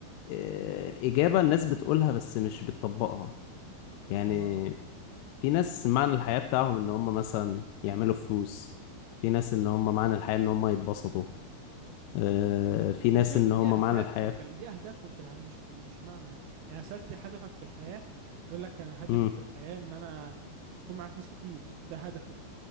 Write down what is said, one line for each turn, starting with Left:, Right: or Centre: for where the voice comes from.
Left: آه، إجابة الناس بتقولها بس مش بتطبقها يعني
Right: اه
Left: في ناس معنى الحياة بتاعهم إن هم مثلا يعملوا فلوس في ناس إن هم معنى الحياة إن هم يتبسطوا آه، في ناس
Right: انا شايف
Left: إن
Right: دي
Left: هم
Right: اهدافهم
Left: معنى الحياة
Right: في دي اهدافهم في الحياه مش مش معنى حاجة. يعني أنا سالت هدفك في الحياه يقول لك انا هدفي
Left: مم.
Right: في الحياه ان انا اكون معايا فلوس كتير ده هدفه